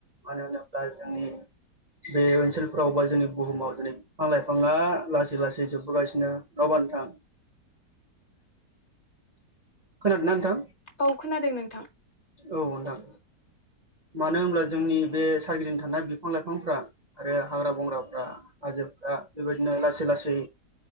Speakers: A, on the right; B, on the left.
A: मानो होनोब्ला जोंनि बे ओनसोलफ्राव बा जोंनि बुहुमाव दिनै बिफां लाइफाङा लासै लासै जोबबोगासिनो। नङाबानोथां खोनादोंना नोंथां?
B: औ खोनादों नोंथां।
A: औ नोंथां मानो होनब्ला जोंनि बे सारगिदिं थानाय बिफां-लाइफांफ्रा आरो हाग्रा बंग्राफ्रा हाजोफ्रा बेबायदिनो लासै लासै